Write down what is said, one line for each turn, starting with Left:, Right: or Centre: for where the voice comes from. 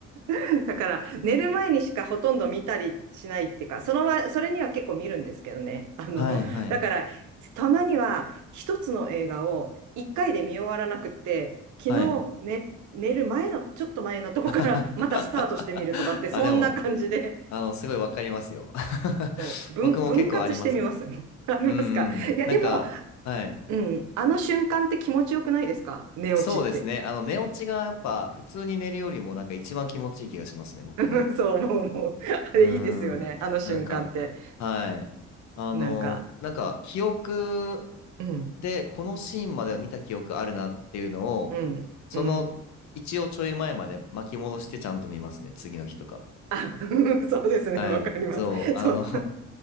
Right: <laughs> だから、寝る前にしかほとんど見たりしないっていうか、そのま、それには結構見るんですけどね。あの、
Left: はい、はい、
Right: だから、たまには一つの映画を一回で見終わらなくって、昨日寝、
Left: はい。
Right: 寝る前の、ちょっと前のとこからまたスタートしてみるとかって、
Left: <laughs> あ、
Right: そんな感じで、
Left: でも、あの、すごいわかりますよ。<laughs>
Right: そう分、
Left: 僕も結構ありますね。
Right: 分割してみます。<laughs> ありますかいや、
Left: うんうん。なんか、
Right: でも、
Left: はい。
Right: うん、あの瞬間って気持ちよくないですか寝落ちって。
Left: そうですね。あの、寝落ちがやっぱ普通に寝るよりもなんか一番気持ちいい気がしますね、僕も。
Right: <laughs> そう思う、思う。あれいいですよね、
Left: うん。
Right: あの瞬間って。
Left: なんか、はい。あの、
Right: なんか、
Left: なんか記憶
Right: うん。
Left: でこのシーンまでは見た記憶あるなっていうのを、
Right: うん、
Left: その一応ちょい前まで巻き戻してちゃんと見ますね、
Right: うん。
Left: 次の日とか。
Right: あ、<laughs> そうですね、
Left: はい。
Right: わかります。
Left: そう、あの、
Right: そう。
Left: <laughs>